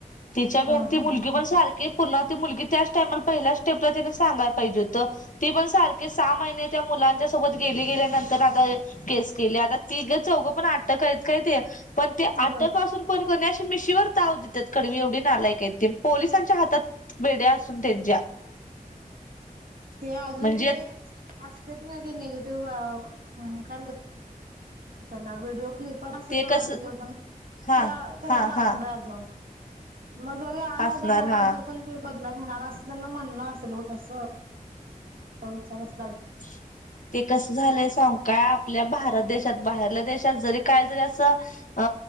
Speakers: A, on the left (about 60°); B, on the right (about 75°).
A: त्याच्या भ्यान
B: हा हा
A: ती मुलगी
B: हा
A: पण सारखी पुन्हा ती मुलगी त्याच टाइमला पहिल्या स्टेपला तीन सांगाया पाहिजे होत. <inaudible> ती पण सारखी सहा महिने त्या मुलांच्या सोबत गेली गेल्यानंतर आता केस केलीआता तीगच चौघ पण अटक आहेत काय ते पण ते अटक
B: बर
A: असून पण काय कणी मि शीवर चाव देतात, कडवी एवढी नालायक हाय ती पोलिसांच्या हातात <inaudible> बेड्या असून त्यांच्या, <inaudible>
B: <inaudible> ते अजून
A: म्हणजे
B: ते <inaudible> अस तेच नाही ते निगेटिव्ह <inaudible> काय म्हणत्यात, <inaudible> व्हिडिओ क्लिप, <unintelligible>
A: ते कसं हा हा हा
B: मग घरी आला
A: असणार
B: होता. बाहेर
A: हा
B: आलो तर पण ते बदला घेणार असल, त्यांना म्हणन असेल हो तस, हो-चार वास
A: <inaudible> ते कस झालंय सांगू काय आपल्या भारत देश- त्यात बाहेरल देश, त्यात जरी काही जरी अस <inaudible> अ